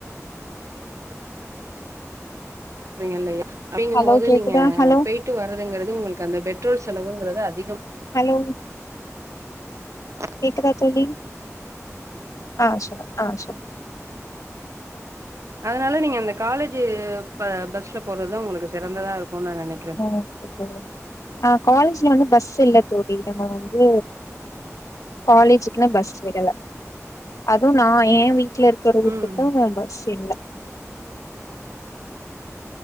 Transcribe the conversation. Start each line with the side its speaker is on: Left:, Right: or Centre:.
Right: போறிங்க இல்லயா அப்டிங்கு
Left: ஹலோ
Right: போது
Left: கேக்குதா
Right: நீங்க
Left: ஹலோ
Right: போயிட்டு வர்றதுங்குறது உங்களுக்கு அந்த பெட்ரோல் செலவுங்கிறது அதிகம்
Left: ஹலோ
Right: ஆ <inaudible>
Left: கேக்குதா தோழி ஆ சொல்லுங்க ஆ சொல்
Right: அதுனால நீங்க அந்த காலேஜ் ப பஸ்ல போறதா உங்களுக்கு சிறந்ததாருக்கு நா நெனக்
Left: ஆ ஓகே தோழி ஆ காலேஜ்ல வந்து பஸ் இல்ல தோழி நம்ம வந்து காலேஜ் இன்று பஸ் விடல அதுவு நா ஏ வீட்ல இருக்கற ரூட்டுக்கு
Right: ம்
Left: பஸ் இல்ல